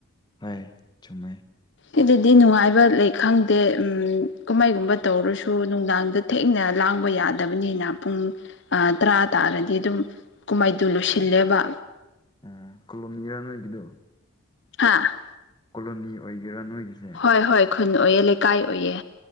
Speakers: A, on the left; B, on the left.
A: ꯍꯣꯏ, ꯆꯨꯝꯃꯦ
B: ꯁꯤꯗꯗꯤ ꯅꯨꯡꯉꯥꯏꯕ ꯂꯩ ꯈꯪꯗꯦ ꯎꯝ ꯀꯨꯝꯍꯩꯒꯨꯝꯕ ꯇꯧꯔꯁꯨ ꯅꯨꯡꯗꯥꯡꯗ ꯊꯦꯡꯅ ꯂꯥꯡꯕ ꯌꯥꯗꯕꯅꯤꯅ ꯄꯨꯡ ꯑꯥ ꯇꯔꯥ ꯇꯥꯔꯗꯤ ꯗꯨꯝ ꯀꯨꯝꯍꯩꯗꯨ ꯂꯣꯏꯁꯤꯜꯂꯦꯕ
A: ꯎꯝ <unintelligible> ꯅꯣꯏꯒꯤꯗꯨ
B: ꯍꯥꯥ
A: ꯀꯣꯂꯣꯅꯤ ꯑꯣꯏꯒꯦꯔꯥ ꯅꯣꯏꯒꯤꯁꯦ
B: ꯍꯣꯏ ꯍꯣꯏ ꯈꯨꯟ ꯑꯣꯏꯌꯦ ꯂꯩꯀꯥꯏ ꯑꯣꯏꯌꯦ